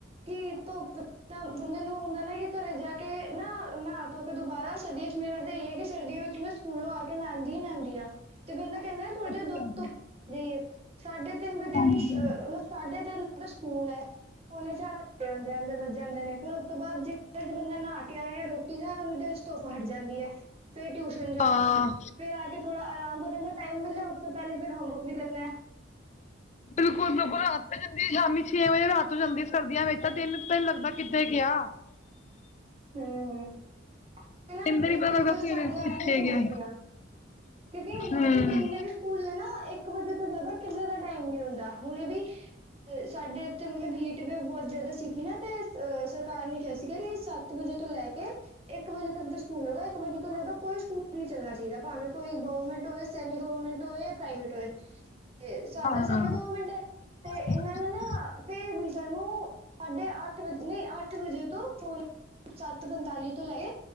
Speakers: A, on the right; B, on the left.
A: ਕੀ ਧੁੱਪ ਤਾਂ ਬੰਦੇ ਨੂੰ ਹੁੰਦੈ ਨਾ ਕਿ ਘਰੇ ਜਾ ਕੇ ਨਾ, ਨਾ-ਧੋਕੇ ਦੁਬਾਰਾ, ਸਰਦੀਆਂ ਇੱਚ ਮੇਰਾ ਤੇ ਏ ਐ ਕਿ ਸਰਦੀਆਂ ਵਿੱਚ ਕਿ ਮੈ ਸਕੂਲੋ ਆ ਕੇ ਨਾਂਦੀ, ਨਾਂਦੀ ਆ, ਤੇ ਬੰਦਾ ਕੈਂਦਾ ਥੋੜੇ
B: ਅੱਛਾ
A: ਦੇਰ ਧੂੱਪ,
B: ਜੀ
A: ਧੁੱਪ ਸਾਡੇ ਤੇ ਤਿੰਨ ਵਜੇ
B: ਹਾਂਜੀ
A: ਹੀ, ਅ ਅ ਸਾਢੇ ਤਿੰਨ ਵਜੇ ਦਾ ਸਕੂਲ ਐ, ਪੌਨੇ ਚਾਰ ਤੇ ਆਂਦੇ, ਆਂਦੇ ਵੱਜ ਜਾਂਦੇ ਨੇ, ਫਿਰ ਉਸ ਤੋ ਬਾਦ ਜੇ ਬੰਦਾ ਨਾ ਕੇ ਆਏਂਆ, ਰੋ- ਨਾ ਉਨੀ ਦੇਰ ਚ ਧੁੱਪ ਹੱਟ ਜਾਂਦੀ ਐ, ਫੇਰ ਟਿਯੂਸ਼ਨ ਜਾਓ।
B: ਹਾਂ
A: ਫੇਰ ਆਕੇ ਥੋੜਾ ਆਰਾਮ ਕਰਨ ਦਾ ਟਾਈਮ ਮਿਲੇ, ਉਸ ਤੋ ਪੈਲੇ ਫਿਰ ਹੋਮਵਰਕ ਵੀ ਕਰਨਾ।
B: ਬਿਲਕੁੱਲ, ਬਿਲਕੁੱਲ ਰਾਤ ਪੈ ਜਾਂਦੀ ਏ ਸ਼ਾਮੀ ਛੇ ਵਜੇ, ਰਾਤ ਹੋ ਜਾਂਦੀ ਸਰਦੀਆਂ ਵਿੱਚ, ਤਾ ਦੇਨ ਪਤਾ ਈ ਨੀ ਲੱਗਦਾ ਕਿੱਥੇ ਗਿਆ।
A: ਹੂੰ, ਇਹਨਾ
B: ਦਿਨ ਦਾ ਨਹੀਂ
A: ਏ
B: ਪਤਾ
A: ਟੀਚਰ
B: ਲੱਗਦਾ
A: ਸਾਡੀਆਂ
B: ਸਵੇਰੇ ਕਿੱਥੇ
A: ਐਵੀ ਨੀ ਸਮਝਦੀਆਂ।
B: ਗਿਆ
A: ਕਿਉਕਿ ਬਾਕੀ
B: ਹੂੰ
A: ਜਿੰਨੇ ਵੀ ਸਕੂਲ ਨੇ ਨਾ, ਏਕ ਵਜੇ ਤੋ ਜਾਦਾ ਕਿਸੇ ਦਾ ਟਾਈਮ ਨੀ ਹੁੰਦਾ, ਹੁਣੇ ਵੀ ਤੇ ਸਾਡੇ ਇੱਥੇ ਮਤਲ ਹੀਟ ਵੀ ਬੋਤ ਜਾਦਾ ਸੀਗੀ ਨਾ, ਤੇ ਅ ਸਰਕਾਰ ਨੇ ਕਿਹਾ ਸੀਗਾ ਕਿ ਸਾ ਆਠ ਵਜੇ ਤੋ ਲੈ ਕੇ ਏਕ ਵਜੇ ਤੱਕ ਦੇ ਸਕੂਲ ਹੋਏਗਾ, ਏਕ ਵਜੇ ਤੋ ਜੈਦਾ ਕੋਈ ਸਕੂਲ ਨੀ ਚੱਲਨਾ ਚਾਈਦਾ, ਭਾਵੇਂ ਕੋਈ ਗੌਵਮੈਂਟ ਹੋਏ, ਸੈਮੀ ਗੌਵਰਮੈਂਟ ਹੋਏ, ਪ੍ਰਾਈਵੇਟ ਹੋਏ। ਤੇ ਸਾਡਾ
B: ਹਾਂ
A: ਸੈਮੀ ਗੋਵਮੈਂਟ ਐ, ਤੇ ਇਹਨਾਂ
B: <inaudible>
A: ਨੇ ਨਾ ਫੇਰ ਵੀ ਸਾਨੂੰ ਸਾਢੇ ਅੱਠ ਵਜੇ, ਨਈ ਅੱਠ ਵਜੇ ਤੋ ਪੋਣ ਸੱਤ ਪੰਤਾਲੀ ਤੋ ਲੈਕੇ,